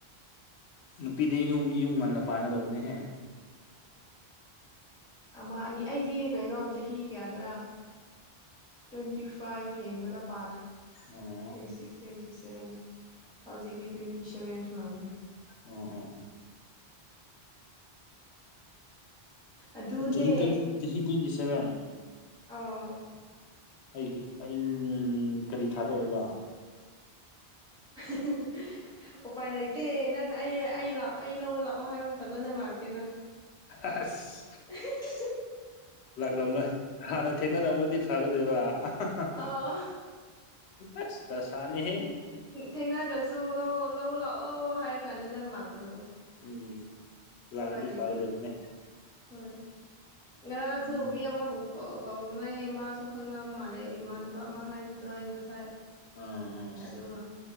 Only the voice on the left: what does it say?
ꯅꯨꯄꯤꯗꯤ ꯌꯨꯝ ꯌꯨꯝ ꯉꯟꯅ ꯄꯥꯟꯒꯗꯧꯕꯅꯦꯍꯦ
ꯑꯣ
ꯎꯝ ꯎꯝ ꯎꯝ
ꯆꯍꯤ ꯇ꯭ꯋꯦꯟ ꯆꯍꯤ ꯇ꯭ꯋꯦꯟꯇꯤ ꯁꯚꯦꯟ
ꯑꯩꯒꯤ ꯑꯩ ꯀꯔꯤ ꯊꯥꯗ ꯑꯣꯏꯕ
ꯑꯁ
ꯂꯥꯛꯂꯝꯔꯣꯏ ꯍꯥꯟꯅ ꯊꯦꯡꯅꯔꯝꯃꯗꯤ ꯐꯒꯗꯣꯏꯕ ꯍꯥ ꯍꯥ
ꯍꯥ ꯑꯁ ꯗꯁꯥꯅꯤꯍꯦ
ꯎꯝ ꯂꯥꯛꯑꯗꯤ
ꯐꯒꯗꯧꯕꯅꯦ
ꯎꯝ
ꯑꯥ